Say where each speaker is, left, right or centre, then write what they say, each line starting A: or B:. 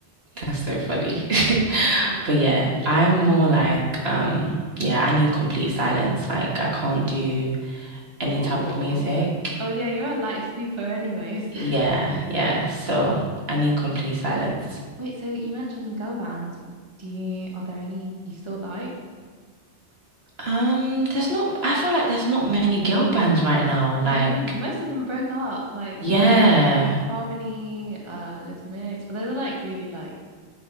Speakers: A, on the right; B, on the right.
A: That's so funny. <laughs>
B: Yeah.
A: But yeah, I'm more like, um, yeah, I need complete silence. Like I can't do any
B: Oh.
A: type of music.
B: Oh yeah, you're a light sleeper anyways.
A: Yeah, yeah. So I need complete silence.
B: <laughs> Wait, so you mentioned girl bands. Do you are there any you still like?
A: Um, there's not, I feel like there's not many girl bands right now. Like,
B: hmm Most of them broke up, like
A: yeah,
B: um Fifth Harmony, uh Little Mix, but they're like really like